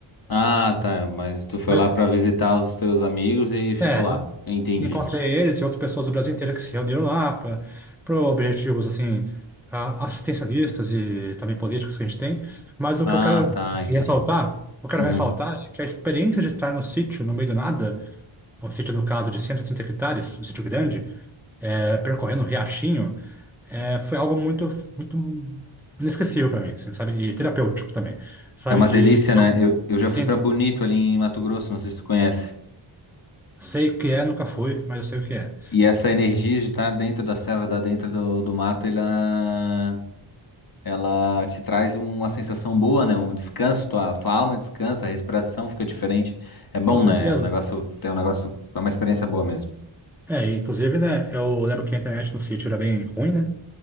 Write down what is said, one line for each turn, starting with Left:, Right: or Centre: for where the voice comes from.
Left: Ah, tá. Mas tu foi
Centre: Mas.
Left: lá pra visitar os teus amigos e aí ficou
Centre: É,
Left: lá. Entendi.
Centre: Encontrei eles e outras pessoas do Brasil inteiro que se reuniram lá para objetivos assim a- assistencialistas e também políticos que a gente tem. Mas o
Left: Ah,
Centre: que eu quero
Left: tá,
Centre: ressaltar,
Left: entendi.
Centre: eu quero
Left: Uhum.
Centre: ressaltar é que a experiência de estar no sítio, no meio do nada, um sítio no caso de 130 hectares, um sítio grande, é, percorrendo um riachinho, é, foi algo muito muito inesquecível para mim, assim, sabe? E terapêutico também, sabe?
Left: É uma
Centre: E
Left: delícia, né? Eu, eu já fui
Centre: sim,
Left: pra
Centre: sim,
Left: Bonito ali em Mato Grosso, não sei se tu conhece.
Centre: sei o que é, nunca fui, mas eu sei o que é.
Left: E essa energia de estar dentro da selva, da dentro do, do mato, ela, ela te traz uma sensação boa, né? Um descanso, tua, tua alma descansa, a respiração fica diferente. É bom,
Centre: Com
Left: né?
Centre: certeza.
Left: É um negócio, é um negócio, é uma experiência boa mesmo.
Centre: É, e, inclusive, né, eu lembro que a internet no sítio era bem ruim, né?